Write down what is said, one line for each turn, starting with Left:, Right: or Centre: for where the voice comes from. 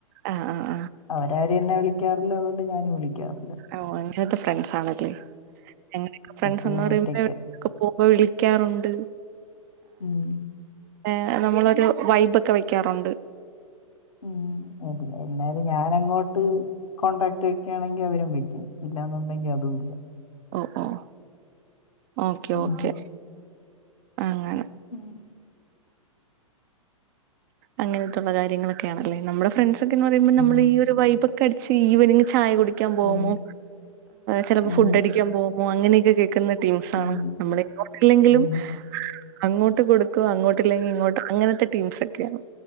Right: ആഹ് ആഹ്
Left: അവരാരും എന്നെ വിളിയ്ക്കാറില്ല അതോണ്ട് ഞാനും വിളിയ്ക്കാറില്ല
Right: ഓഹ് അങ്ങനത്തെ ഫ്രണ്ട്സാണല്ലേ ഞങ്ങളെയൊക്കെ ഫ്രണ്ട്സ്ന്ന്
Left: എപ്പഴും
Right: പറയുമ്പോ
Left: ഒറ്റയ്ക്കാ
Right: ഒക്കെ പോവുമ്പ വിളിക്ക്യാറുണ്ട്
Left: ഉം
Right: ഏഹ് നമ്മളൊരു വൈബൊക്കെ വെയ്ക്കാറുണ്ട്
Left: ഉം എന്നാ എന്നാല് ഞാനങ്ങോട്ട് കോൺടാക്ട് വെക്കുകയാണെങ്കി അവരും വെക്കും ഇല്ലന്നുണ്ടെങ്കി അതുല്ല
Right: ഓഹ് ഓഹ് ഓക്കെ
Left: ഉം.
Right: ഓക്കെ അങ്ങനെ
Left: ഉം.
Right: അങ്ങൻത്തെയുള്ള കാര്യങ്ങളൊക്കെയാണ് അല്ലേ നമ്മുടെ ഫ്രണ്ട്സ് ഒക്കെന്ന് പറയുമ്പോ
Left: ഉം.
Right: നമ്മൾ ഈ ഒരു വൈബ് ക്കടിച്ച് ഈവനിങ്ങ് ചായ കുടിക്യാൻ പോവുമോ
Left: ഉം.
Right: ചെലപ്പെ
Left: ഉം.
Right: ഫുഡ് അടിക്യാൻ പോവുമോ അങ്ങനൊക്കെ കേ ക്കുന്ന ടീംസാണ്
Left: ഉം.
Right: നമ്മള്പ്പോ <unintelligible> ല്ലെങ്കിലും
Left: ഉം.
Right: അങ്ങോട്ട് കൊടു ക്കും അങ്ങോട്ടില്ലെങ്കി ഇങ്ങോട്ട് അങ്ങനത്തെ ടീംസ് ഒക്കെയാണ്